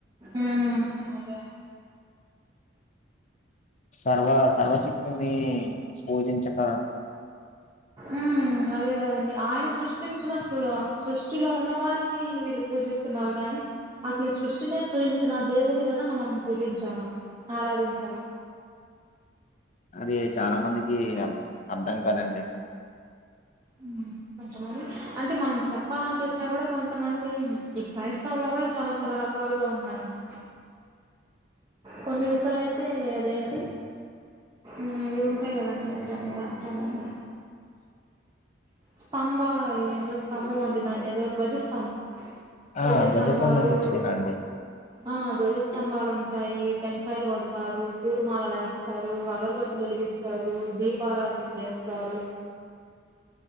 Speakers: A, on the right (about 20°); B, on the left (about 40°).
A: ఊమ్ అదే అండి
B: సర్వా సర్వ శక్తుని పూజించక
A: ఉ ఊమ్ అదే కదండి ఆయన సృష్టించిన సృ సృష్టిలో ఉన్న వారిని వీళ్ళు పూజిస్తున్నారు గాని అసలు ఈ సృష్టినేే సృజించిన దేవుణ్ణి కద మనం పూజించాల ఆరాధించాల
B: అది చాల మందికి అత్ అర్ధం కాదండి
A: ఉమ్ కొంతమంది అంటె మనం చెప్ పపాలను చూసిన కూడ కొంతమంది ఈ క్రైస్తవ లో కూడ చాల చాల రకాలుగ ఉన్నారండి కొన్ని దిక్కల అయితే అదేంటి ఊమ్ అంతే కదా అని నిజమే అంతా కాని స్తంభ ఇదేందో స్తంభ ఉండిద్ది అండి ధ్వజస్తంభం ధ్వజస్తంభాలు
B: ఆ ధ్వజస్తంభం గురించి వినండి
A: ఆ ధ్వజస్తంభాలు ఉంట రాయి టెంకాయలు కొడతారు పూల మాలలు ఏస్తారు అగరబత్తులు వెలిగిస్తారు దీప్ దీపారాధన చేస్తారు